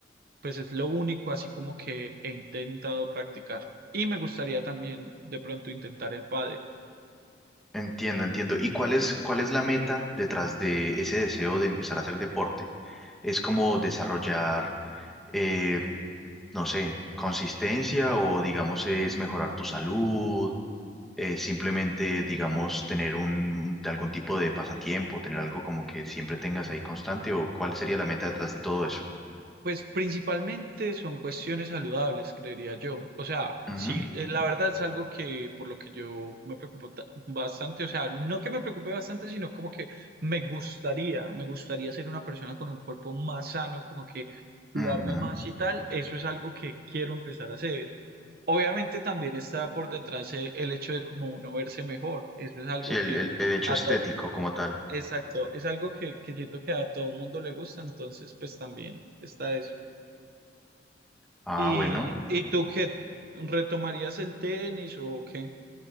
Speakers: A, on the right; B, in the centre.
A: pues es lo único así como que he intentado practicar. Y me gustaría también de pronto intentar el pádel.
B: Entiendo, entiendo. ¿Y cuál es, cuál es la meta detrás de ese deseo de empezar a hacer deporte? ¿Es como desarrollar, eh, no sé, consistencia o digamos es mejorar tu salud? eh, simplemente, digamos, tener un, un- algún tipo de pasatiempo, tener algo como que siempre tengas ahí constante o cuál sería la meta detrás de todo eso?
A: Pues principalmente son cuestiones saludables, creería yo. O sea,
B: Ujú,
A: sí, eh, la verdad es algo que por lo que yo me preocupo ta- bastante, o sea, no que me preocupe bastante, sino como que me gustaría, me gustaría ser una persona con un cuerpo más sano, como que cuidarme
B: ujú.
A: más y tal. Eso es algo que quiero empezar a hacer. Obviamente también está por detrás eh, el hecho de como uno verse mejor. Eso es algo
B: Sí, el,
A: que,
B: el-
A: pues,
B: el hecho
A: a
B: estético
A: todo,
B: como tal.
A: exacto, es algo que, que siento que a todo mundo le gusta, entonces, pues también está eso.
B: Ah,
A: ¿Y,
B: bueno.
A: y tú qué? ¿Retomarías el tenis o qué?